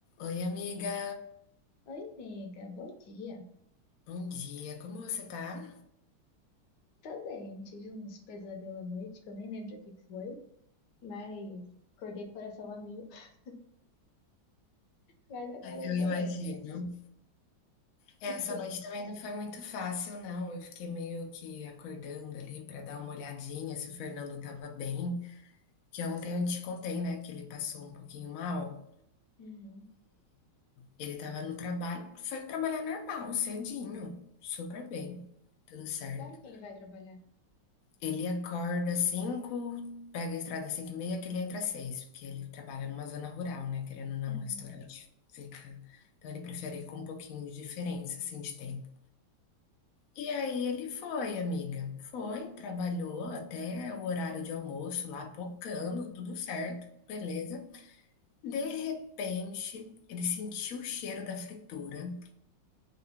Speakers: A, on the left; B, on the left.
A: Oi, amiga.
B: Oi, nega, bom dia.
A: Bom dia. Como você tá?
B: Também tive uns pesadelos à noite que eu nem lembro o que foi, mas acordei com o coração a mil, <laughs> mas agora eu
A: Eu
B: tô
A: imagino.
B: bem.
A: Essa
B: E tu?
A: noite também não foi muito fácil, não. Eu fiquei meio que acordando ali para dar uma olhadinha se o Fernando tava bem. Que ontem eu te contei, né, que ele passou um pouquinho mal.
B: Uhum.
A: Ele tava no trabalho, foi trabalhar normal, cedinho, super bem, tudo certo.
B: Que hora que ele vai trabalhar?
A: Ele acorda às cinco, pega a estrada às cinco e meia que ele entra às seis, porque ele trabalha numa zona rural, né, querendo ou não,
B: Uhum.
A: o restaurante fica então ele prefere ir com um pouquinho de diferença, assim, de tempo. E aí ele foi, amiga, foi, trabalhou até o horário de almoço lá, pocando, tudo certo, beleza. De repente, ele sentiu o cheiro da fritura,